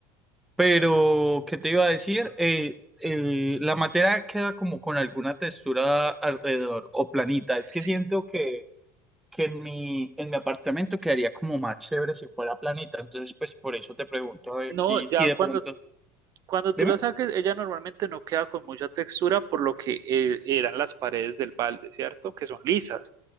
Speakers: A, in the centre; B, on the right.
A: Pero, ¿qué te iba a decir? Eh, el- la materia queda como con alguna textura alrededor o planita.
B: Sí.
A: Es que siento que, que en mi, en mi apartamento quedaría como más chévere si fuera planita. Entonces, pues por eso te pregunto a ver
B: No,
A: si,
B: ya
A: si de
B: cuando
A: pronto.
B: Cuando tú
A: Dime.
B: la saques, ella normalmente no queda con mucha textura por lo que eh, eran las paredes del balde, ¿cierto? Que son lisas.